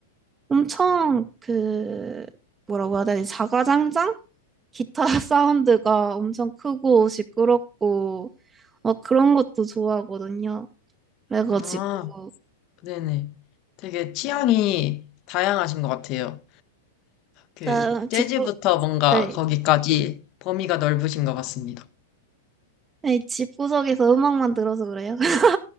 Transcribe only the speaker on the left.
아, 네네. 되게 취향이 다양하신 것 같아요. 그,
재즈부터 뭔가
거기까지 범위가 넓으신 것 같습니다.